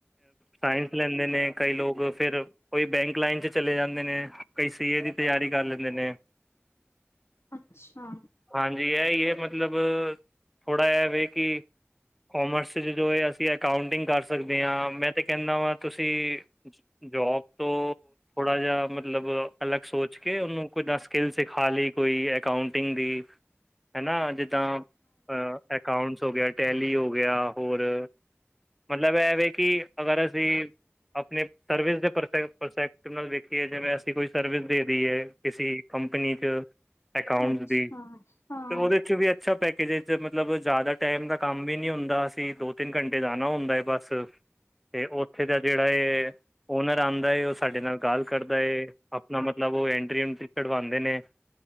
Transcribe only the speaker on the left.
ਅੱਛਾ
ਹਮ
ਅੱਛਾ
ਹਾਂ